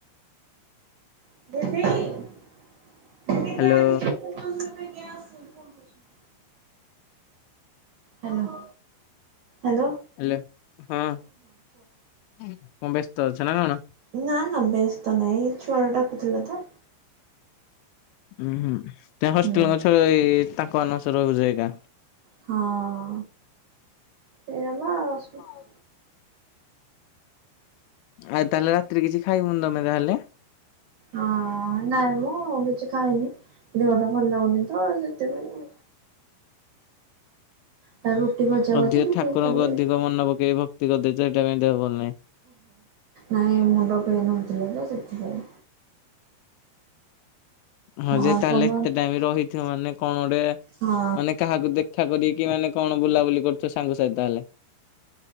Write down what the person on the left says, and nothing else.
hello
ହାଲୋ ହଁ କଣ ବ୍ୟସ୍ତ ଅଛ ନା କଣ?
ଉଁ ହୁଁ ତମେ ହଷ୍ଟେଲଙ୍କ
ଛୁଆ ତାଙ୍କ ମାନଙ୍କ ସହ ରହୁଛ ଏକା।
ହ ଆଉ ତାହେଲେ ରାତିରେ କିଛି ଖାଇବୁନି ନା ତାହେଲେ?
ଅଧିକ
ଠାକୁରଙ୍କୁ
ଅଧିକ ମନେ ପକେଇକି ଭକ୍ତି କରିଦେଇଛ ସେଇଟା ପାଇଁ ଦେହଭଲ ନାହିଁ।
ହଁ ଯେ
ତାହେଲେ
ଏତେ ଟାଇମ ରହିଥିବ ମାନେ କଣ ଗୋଟେ
ମାନେ କାହାକୁ ଦେଖ ଦେଖା କରିକି ମାନେ କଣ ବୁଲାବୁଲି କରୁଥ ସାଙ୍ଗ ସାତୀ ତାହାହେଲେ।